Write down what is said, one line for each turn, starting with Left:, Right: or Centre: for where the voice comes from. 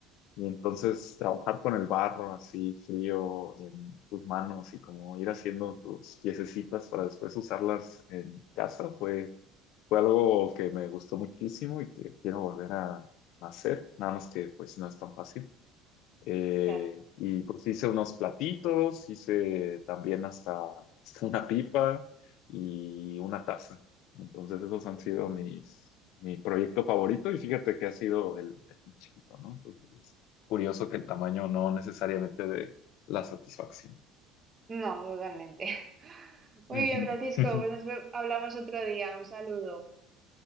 Left: y entonces trabajar con el barro así frío en tus manos y como ir haciendo tus piececitas para después usarlas en casa fue Fue algo que me gustó muchísimo y que quiero volver a, a hacer, nada más que pues no es tan fácil. Eh,
Right: Claro.
Left: y pues hice unos platitos, hice también hasta, <laughs> hasta una pipa y una taza. Entonces esos han sido mis, mi proyecto favorito y fíjate que ha sido el, el más chiquito, ¿no? Entonces es curioso que el tamaño no necesariamente de la satisfacción.
Right: No, totalmente. <laughs> Muy
Left: Ujú.
Right: bien, Francisco,
Left: <laughs>
Right: pues nos ve- hablamos otro día. Un saludo.